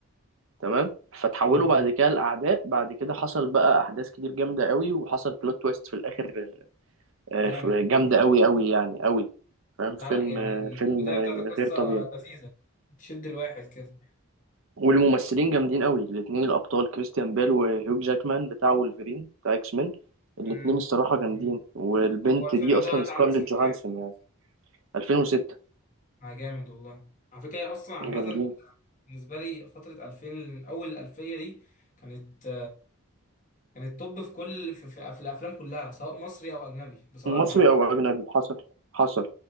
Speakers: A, on the right; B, on the left.
A: تمام فتحولوا
B: اه
A: بعد كده لأعداء بعد كده حصل بقى أحداث كتير جامدة قوي وحصل بلوت تويست في الآخر آه،
B: جامد
A: ف- جامدة
B: والله.
A: أوي أوي يعني أوي فاهم فيلم
B: لا لا يعني
A: آه،
B: البداية
A: فيلم آه،
B: بتاعت القصة
A: غير طبيعي
B: لذيذة تشد الواحد كده
A: والممثلين جامدين أوي الاتنين الأبطال كريستيان بيل وهيوك جاكمان بتاع وولفرين بتاع إكس مان الاتنين
B: امم
A: الصراحة جامدين والبنت
B: هو الفيلم
A: دي أصلا
B: ده اتعمل
A: سكارليت
B: سنة
A: جوهانسون
B: كام؟
A: يعني 2006
B: آه، جامد والله على فكرة هي أصلا عامة
A: جامدين
B: بالنسبة لي فترة 2000 أول الألفية دي كانت كانت توب في كل في, في, في الافلام كلها سواء مصري او اجنبي بصراحه
A: مصري
B: يعني
A: أو أجنبي حصل حصل